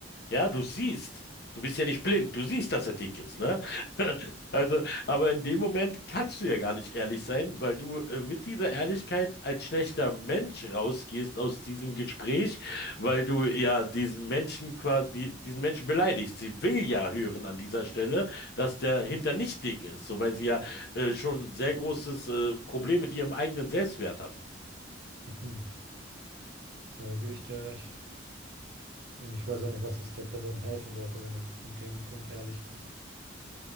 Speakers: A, on the left; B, on the right.
A: Ja, du siehst. Du bist ja nicht blind. Du siehst, dass er dick ist, ne? <laughs> Also, aber in dem Moment kannst du ja gar nicht ehrlich sein, weil du äh, mit dieser Ehrlichkeit als schlechter Mensch rausgehst aus diesem Gespräch, weil du ja diesen Menschen quasi, diesen Menschen beleidigst. Sie will ja hören an dieser Stelle, dass der Hintern nicht dick ist, so weil sie ja äh, schon ein sehr großes äh, Problem mit ihrem eigenen Selbstwert hat.
B: Mhm. Ja, da gebe ich dir recht. Und ich weiß auch nicht, was es der Person helfen sollte, wenn du in dem Punkt ehrlich bist.